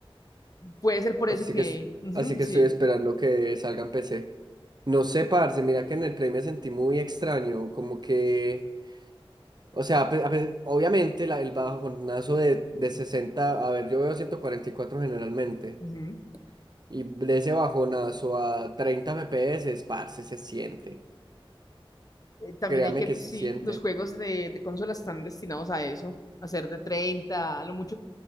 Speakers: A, on the left; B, on the right.
A: Puede ser por
B: Así
A: eso que,
B: que, es-
A: ujú,
B: así que
A: sí,
B: estoy esperando que salga en PC. No sé, parce, mira que en el Play me sentí muy extraño. Como que, o sea, pe- a pe- obviamente la, el bajonazo de, de 60, a ver, yo veo 144 generalmente.
A: ujú.
B: Y de ese bajonazo a 30 FPS, parce, se siente.
A: Eh, También
B: Créame
A: hay que
B: que
A: ver que
B: se
A: sí,
B: siente.
A: los juegos de, de consola están destinados a eso, a ser de 30 a lo mucho.